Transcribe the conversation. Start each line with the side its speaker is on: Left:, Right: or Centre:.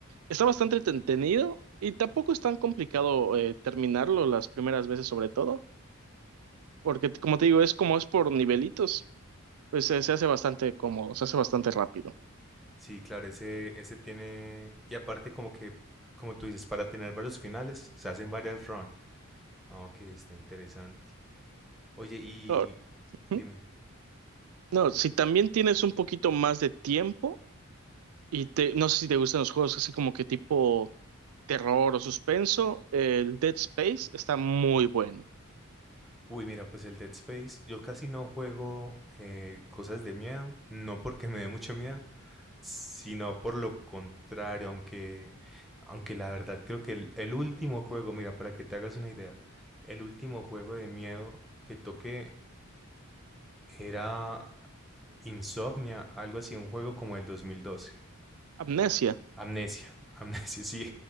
Right: Está bastante entretenido y tampoco es tan complicado eh, terminarlo las primeras veces, sobre todo, porque como te digo, es como es por nivelitos, pues eh, se hace bastante cómodo, se hace bastante rápido.
Centre: Sí, claro, ese, ese tiene. Y aparte, como que, como tú dices, para tener varios finales se hacen varias runs. Ah, Ok, está interesante. Oye, y
Right: Ahora,
Centre: dime.
Right: ¿hmm? No, si también tienes un poquito más de tiempo Y te, no sé si te gustan los juegos así como que tipo terror o suspenso. El Dead Space está muy bueno.
Centre: Uy, mira, pues el Dead Space, yo casi no juego eh, cosas de miedo, no porque me dé mucho miedo, sino por lo contrario, aunque, aunque la verdad creo que el, el último juego, mira, para que te hagas una idea, el último juego de miedo que toqué era Insomnia, algo así, un juego como el 2012.
Right: Amnesia.
Centre: Amnesia, Amnesia, sí.